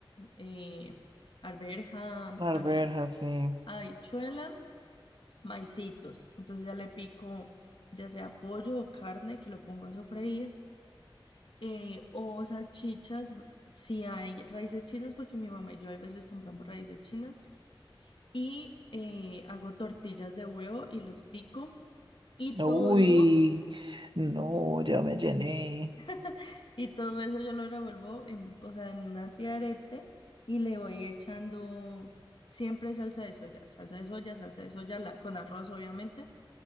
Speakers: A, on the left (about 70°); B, on the right (about 60°).
A: eh, arveja,
B: A
A: habi-
B: ver, así.
A: habichuela, maicitos. Entonces ya le pico ya sea pollo o carne que lo pongo a sofreír eh, o salchichas, si hay raíces chinas, porque mi mamá y yo a veces compramos raíces chinas. Y eh, hago tortillas de huevo y los pico. Y
B: Uy,
A: todo eso,
B: no, ya me llené.
A: <laughs> y todo eso yo lo revuelvo en, o sea, en un antiarete y le voy echando siempre salsa de soya, salsa de soya, salsa de soya, la- con arroz obviamente,